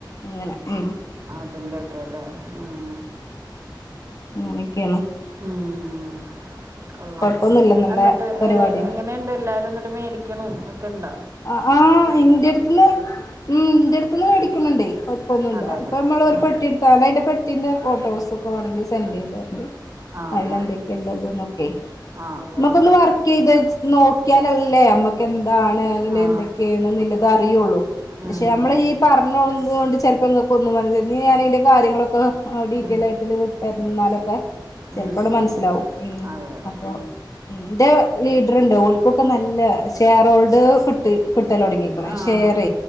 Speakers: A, on the left; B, on the right.
A: അങ്ങനെ ഉം
B: അതിന്റെകെലേ ഉം
A: അങ്ങനെയൊക്കെയാണ്
B: ഉം കൊള്ളാം
A: കൊഴപ്പൊന്നുല്ല നല്ല
B: എന്നിട്ട്
A: പരിപാടിയാണ്
B: അയിന് എങ്ങനെയുണ്ട്ല്ലാ ന്നിട്ട് മേടിക്കണും ഒക്കെ ഇണ്ടാ
A: അഹ് ആഹ് എന്റെടുത്തില് ഉം ഇന്റെ അടുത്ത് നിന്ന് മേടിക്കുന്നുണ്ടേ കൊഴപ്പൊന്നുല്ല
B: അതെ അല്ലേ
A: ഇപ്പൊ നമ്മൾ ഒരു
B: ആ
A: പെട്ടി എടുത്താ അയിന്റെ പെ ട്ടിന്റെ ഫോട്ടോസൊക്കെ വേണങ്കിൽ സെൻഡ് ചെയ്തേരണ്ട്.
B: ആ
A: അയ്ലെന്തൊക്കെയല്ലതനൊക്കെ
B: ആ ആ ഉവ്വ്
A: നമ്മുക്കൊന്ന്
B: ഉവ്വ്.
A: വർക്കീതച്ച് നോക്കിയാലല്ലേ നമ്മക്ക് എന്താണ്
B: ആ
A: എന്തൊക്കെയാണ്തറിയുള്ളൂ
B: ഉം,
A: പക്ഷെ നമ്മള്
B: ഉം,
A: ഈ പറഞ്ഞോതുകൊണ്ട് ചെലപ്പോ ഇങ്ങക്ക് ഒന്നും മ ഞാനതിന്റെ കാര്യങ്ങളൊക്കെ ഡീറ്റെയിൽ
B: ഉം.
A: ആയിട്ട തരുന്നാലൊക്കെ ചെലപ്പോങ്ങട്ട്
B: ഉം, ഉം.
A: മനസ്സിലാവും ഉം
B: അതെ അതെ
A: അപ്പോ ഉം ന്റെ ലീഡർണ്ട് ഓലിക്കൊക്കെ നല്ല ഷെയർ ഹോൾഡ് കിട്ടി. കിട്ടലൊടങ്ങിക്കണ്
B: ആ
A: ഷെയർ
B: ആ